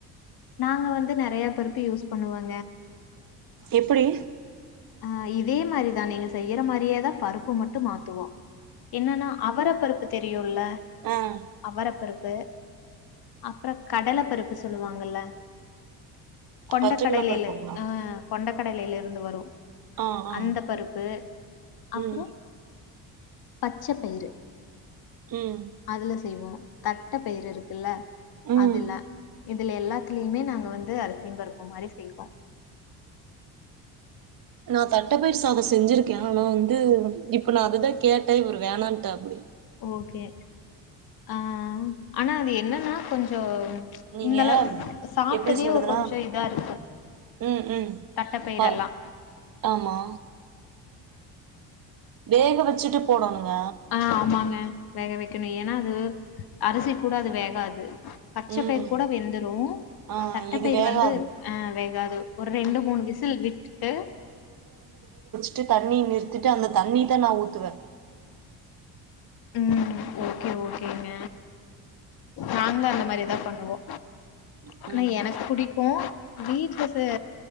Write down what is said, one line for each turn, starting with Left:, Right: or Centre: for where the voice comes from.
Left: நாங்க வந்து நெறையா பருப்பு யூஸ் பண்ணுவோந்
Right: எப்புடி
Left: ஆ இதே மாரிதா நீங்க செய்யற மாதிரியேதா பருப்பு மட்டு மாத்துவோ என்னன்னா அவர பருப்பு தெரியுல்ல
Right: ஆ
Left: அவர பருப்பு அப்றோ கடல பருப்பு சொல்லுவாங்கல்ல கொண்டக்கடலைல
Right: பச்ச கலப்பருப்புங்களா
Left: ஆ கொண்டக்கடலைல இருந்து வரு
Right: ஆ ஆ
Left: அந்த பருப்பு அப்றோ
Right: ம்
Left: பச்ச பயிரு
Right: ம்
Left: அதுல செய்வோ தட்ட பயிரு இருக்குல்ல
Right: ம்
Left: அதுல்ல இதுல எல்லாத்துலயுமே நாங்க வந்து அரிசிம் பருப்பு மாரி செய்வோ
Right: நா தட்டப்பயிர் சாதோ செஞ்சிருக்கே ஆனா வந்து இப் இப்ப நா அதுதா கேட்டே இவரு வோனாட்டப்டி
Left: ஓகே ஆ ஆனா அது என்னன்னா கொஞ்சோ ம்ச்
Right: நீங்க
Left: இந்த அளவு சாப்ட்டதியு
Right: எப்டி சொல்றதுன்னா
Left: ஒ கொஞ்சோ இதா இருக்கு
Right: ம் ம்
Left: தட்டப்பயிரெல்லா
Right: ப ஆமா வேக வச்சுட்டு போடணுங்க
Left: ஆ ஆமாங்க வேக வைக்கணு ஏன்னா அது அரிசி கூட அது வேகாது பச்ச
Right: ம்
Left: பயிர் கூட வெந்துரு
Right: ஆ
Left: தட்டப்பயிர்
Right: இது வேகாது
Left: வந்து ஆ வேகாது ஒரு ரெண்டு மூணு விசில் விட்டுட்டு
Right: ட்டு தண்ணி நிறுத்திட்டு அந்த தண்ணிதா நா ஊத்துவே
Left: உம் ஓகே ஓகேங்க நாங்களு அந்த மாரியேதா பண்ணுவோ
Right: ம்
Left: ஆனா எனக்கு பிடிக்கு வீட்லச